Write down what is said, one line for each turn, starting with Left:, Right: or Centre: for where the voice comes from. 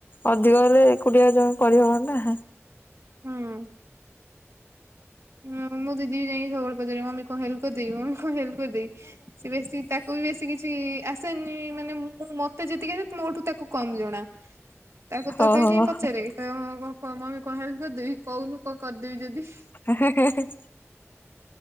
Left: ଅଧିକ ହେଲେ ଏକୁଟିଆ ଜାଇକି କରିହବନା।
Right: ହୁଁ। ହଁ ମୋ ଦିଦିବି ଯାଇଁକି ସବୁବେଳେ ପଚାରିବ ମମି କଣ ହେଲ୍ପ କରିଦେବି ମମି କଣ ହେଲ୍ପ କରିଦେବି ସେ ବେଶୀ ତା ତାକୁ ବେଶୀ କିଛି ଆସେନି ମାନେ ମୁଁ ମତେ ଯେତିକିବି ମୋଠୁ ତାକୁ କମ ଜଣା। ତାକୁ
Left: ହଉ
Right: ତଥାପି
Left: ହଉ
Right: ଯାଇ ପଚାରେ କହିବ <unintelligible> ମମି କଣ ହେଲ୍ପ କରିଦେବି କହୁନୁ କଣ କରିଦେବି ଯଦି।
Left: ହା ହା ହେଁ ହେଁ